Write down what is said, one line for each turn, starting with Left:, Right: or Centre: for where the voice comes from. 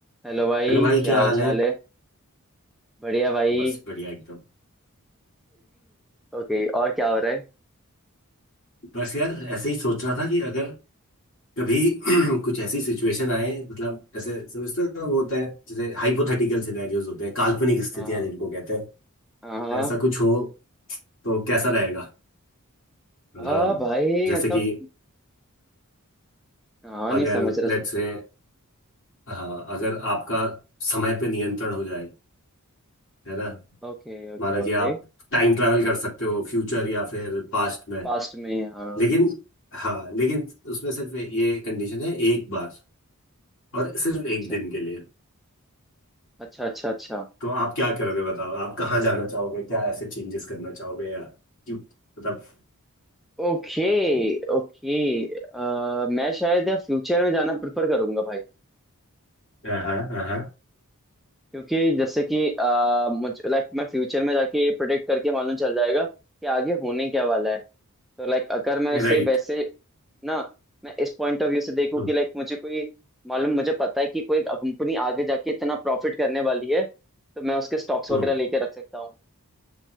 Centre: Hello भाई
Left: Hello भाई
Centre: क्या
Left: क्या
Centre: हाल
Left: हाल
Centre: चाल
Left: है
Centre: है बढ़िया भाई
Left: बस बढ़िया एकदम
Centre: ओके और क्या हो रहा है
Left: बस यार ऐसे ही सोच रहा था कि अगर कभी <clears throat> कुछ ऐसी सिचुएशन आए मतलब ऐसे समझते हो वो होता है जैसे हाइपोथेटिकल सिनेरियोज होते हैं काल्पनिक स्थितियां
Centre: हाँ
Left: जिनको कहते हैं
Centre: हाँ हाँ
Left: ऐसा कुछ हो तो कैसा रहेगा मतलब
Centre: हाँ भाई
Left: जैसे
Centre: मतलब
Left: कि
Centre: हाँ नहीं
Left: अगर
Centre: समझ रहा समझ
Left: लेट्स से
Centre: रहा
Left: हाँ अगर आपका समय पे नियंत्रण हो जाए है ना
Centre: Okay okay
Left: माना कि
Centre: okay
Left: आप टाइम ट्रैवल कर सकते हो फ्यूचर या फिर पास्ट में
Centre: पास्ट में हाँ
Left: लेकिन हाँ लेकिन उसमें सिर्फ ये कंडीशन है एक बार और सिर्फ
Centre: अच्छा
Left: एक दिन के लिए
Centre: अच्छा अच्छा अच्छा
Left: तो आप क्या करोगे बताओ आप कहाँ जाना चाहोगे क्या ऐसे चेंजेस करना चाहोगे या क्यों मतलब
Centre: Okay okay अ, मैं शायद या फ्यूचर में जाना प्रेफर करूंगा भाई
Left: हाँ हाँ हाँ
Centre: क्योंकि जैसे कि आ, मुझे लाइक मैं फ्यूचर में जाके ये प्रिडिक्ट करके मालूम चल जाएगा कि आगे होने क्या वाला है तो लाइक अगर मैं इसे
Left: राइट
Centre: वैसे ना मैं इस पॉइंट ऑफ व्यू से देखूं
Left: हम्म
Centre: कि लाइक मुझे कोई मालूम मुझे पता है कि कोई कंपनी आगे जाके इतना प्रॉफिट करने वाली है तो मैं उसके स्टॉक्स वगैरह
Left: हम्म
Centre: लेके रख सकता हूँ